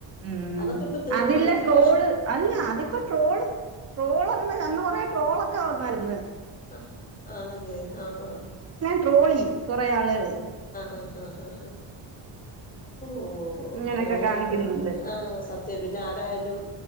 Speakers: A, on the right (about 35°); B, on the left (about 20°).
A: ഉം
B: അതൊക്കെ ഇപ്പം തീർന്നല്ലോ
A: അതില്ല
B: ഒത്തിരി
A: ട്രോള്
B: വർഷം
A: അല്ല അതിപ്പോ ട്രോള് ട്രോൾ ഒന്ന് അന്ന് കുറേ ട്രോളൊക്കെ വന്നായിരുന്നു.
B: ആഹ് ആണല്ലേ ആഹ് ആ
A: ട്രോളി കൊറേ ആള്ള്അള്
B: ആഹ് ആഹ് ആഹ് ആഹ് ഓ
A: ഇങ്ങനെയൊക്കെ
B: അങ്ങനെയൊക്കെ
A: കാണിക്കുന്നുണ്ട്
B: ആ സത്യം പിന്നെ ആരായാലും